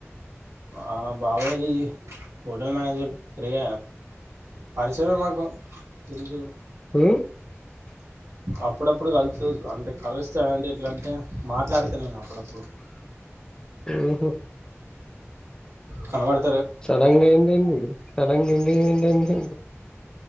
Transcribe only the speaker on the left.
ఉ
ఉహు
సడన్ గా అయింది ఏంది సడన్ గా ఎంగేజ్మెంట్ ఏంది